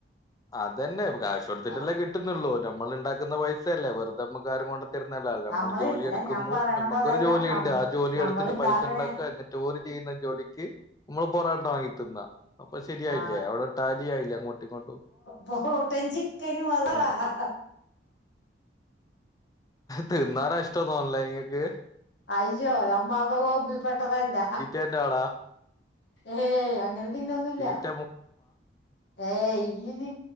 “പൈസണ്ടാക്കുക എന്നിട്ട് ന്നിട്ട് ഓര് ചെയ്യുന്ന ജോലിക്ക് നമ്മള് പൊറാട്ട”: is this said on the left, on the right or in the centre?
Left